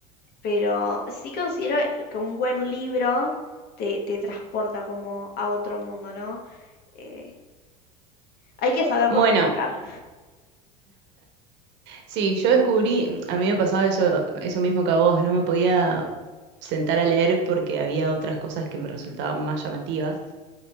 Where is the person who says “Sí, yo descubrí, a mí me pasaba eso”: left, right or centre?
Right